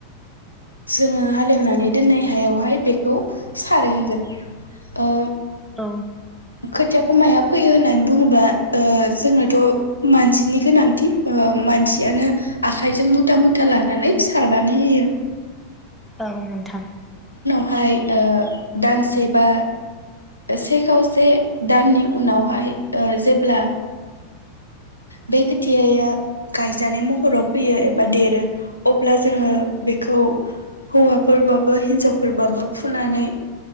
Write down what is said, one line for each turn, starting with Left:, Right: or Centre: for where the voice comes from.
Left: जोङो हालेवनानै दोननाय हायावहाय बेखौ सारहैगोन ओ
Centre: औ।
Left: खोथियाखौ माहा फैयो होननानै बुङोबा ओ जोंनोथ' मानसिनि गोनांथि ओ मानसियानो आखाइजों मुथा मुथा लानानै सारनानै होयो।
Centre: औ नोंथां।
Left: हाय ओ दानसे बा से खावसे दाननि उनावहाय ओ जेब्ला बे खोथियाया गायजानाय महराव फैयो एबा देरो अब्ला जोङो बेखौ हौवाफोरबाबो हिनजावफोरबाबो फुनानै